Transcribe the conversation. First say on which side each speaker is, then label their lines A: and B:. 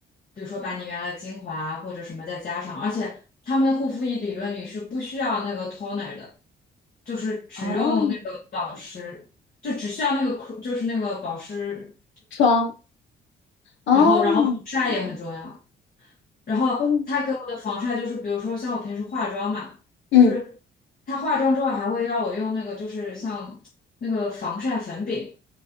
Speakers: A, on the left; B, on the left.
A: 比如说把你原来的精华啊或者什么再加上，而且他们的护肤仪理论里是不需要那个 toner 的，就是只用那个保湿。
B: 哦，
A: 就只需要那个 cr- 就是那个保湿，
B: 霜，哦，
A: 然后然后防晒也很重要。然后他给我的防晒就是，
B: 嗯
A: 比如说像我平时化妆嘛，就是他化妆之后还会让我用那个就是像那个防晒粉饼，
B: 嗯，